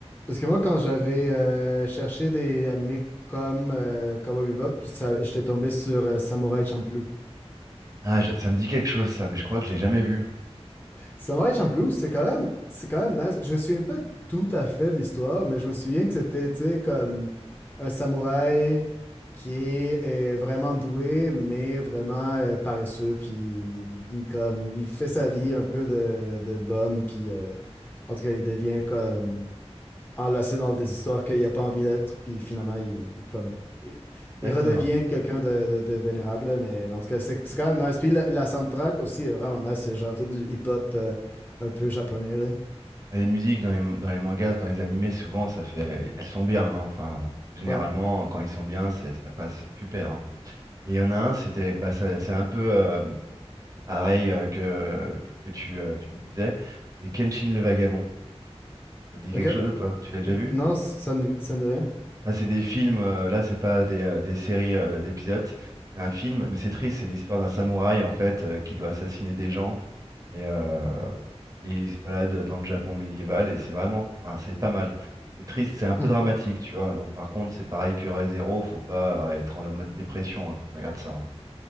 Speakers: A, on the left; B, on the right.
A: parce que moi, quand j'avais euh, cherché des animés comme euh, Cowboy Bebop, ça- j'étais tombé sur euh, Samurai Champloo.
B: Ah, je- ça me dit quelque chose ça, mais je crois que je l'ai jamais vu.
A: Samurai Champloo, c'est quand même, c'est quand même nice. Je me souviens pas tout à fait de l'histoire, mais je me souviens que c'était, tu sais, comme un samouraï qui est, est vraiment doué, mais vraiment euh, paresseux, puis il, comme, il fait sa vie un peu de, de bum, puis euh, en tout cas, il devient comme enlacé dans des histoires qu'il n'a pas envie d'être, puis finalement, il, il comme, il,
B: D'accord.
A: il redevient quelqu'un de, de- de vénérable, là, mais, mais en tout cas, c'est c'est quand même nice. Puis la, la soundtrack aussi est vraiment nice, c'est genre tout du hip-hop euh, un peu japonais, là.
B: Ah, Les musiques dans les, dans les mangas, dans les animés, souvent, ça fait, elles sont bien. hein. Enfin, généralement,
A: Ouais,
B: quand ils sont bien, c'est- ça passe super. hein. Et il y en a un, c'était, bah, ça- c'est un peu euh, pareil euh, que, que ce que tu, euh, tu me disais. C'est Kenshin le Vagabond. Ça te dit quelque
A: ok.
B: chose ou pas? Tu l'as déjà
A: N-
B: vu?
A: non, ça me, ça me dit rien?
B: Ah, c'est des films. euh, là, c'est pas des, euh, des séries euh, d'épisodes. C'est un film, mais c'est triste. C'est l'histoire d'un samouraï en fait euh, qui doit assassiner des gens. Et, euh, et il se balade dans le Japon médiéval et c'est vraiment, enfin, c'est pas mal. C'est triste, c'est un peu
A: Hmm.
B: dramatique, tu vois. Donc par contre, c'est pareil que Re:Zero, Zero, faut pas euh, être en en mode dépression hein, quand tu regardes ça. hein.